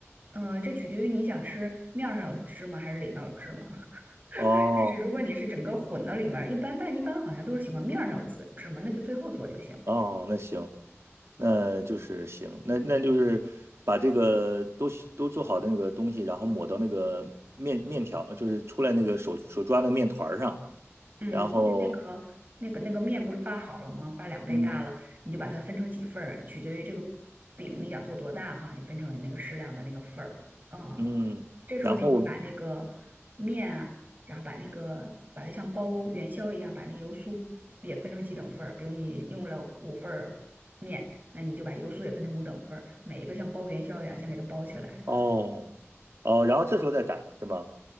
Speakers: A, on the right (about 35°); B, on the right (about 65°).
A: 呃，这取决于你想吃面儿上有芝麻还是里面有芝麻。<laughs>
B: 哦
A: 就是如果你是整个混到里面儿，一般但一般好像都是喜欢面儿上有芝芝麻，那就最后做就行。
B: 哦，那行，那就是行，那那就是把这个都都做好的那个东西，然后抹到那个面面条，就是出来那个手手抓的面团儿上，
A: 嗯，
B: 然后
A: 就是那个那个那个面不是发好了吗？发两倍大了，
B: 嗯
A: 你就把它分成几份儿，取决于这个饼你想做多大哈，你分成那个适量的那个份儿。嗯，
B: 嗯，
A: 这时候呢，
B: 然后我
A: 你把那个面啊，然后把那个把它像包元宵一样，把那个油酥也分成几等份儿。比如你用了五份儿面，那你就把油酥也分成五等份儿，每一个像包元宵一样，先给它包起来。
B: 哦哦，然后这时候再擀是吗？